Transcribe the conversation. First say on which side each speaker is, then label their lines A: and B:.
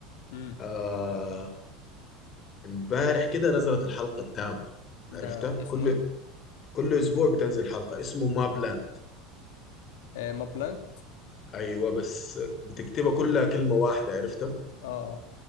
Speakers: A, on the left; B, on the left.
A: امم
B: آه، امبارح كده نزلت الحلقة التامة
A: ده
B: عرفتها
A: اسمه
B: كل
A: ايه؟
B: كل اسبوع بتنزل حلقة اسمه ما بلان
A: آه مابلاند
B: ايوه بس بتكتبها كلها كلمة واحدة عرفتها
A: اه آه.